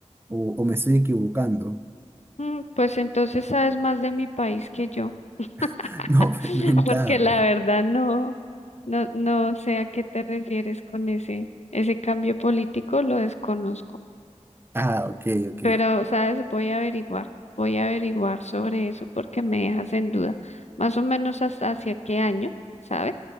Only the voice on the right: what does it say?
O, o me estoy equivocando.
<laughs> No
preguntaba,
pero.
Ah, ok, ok.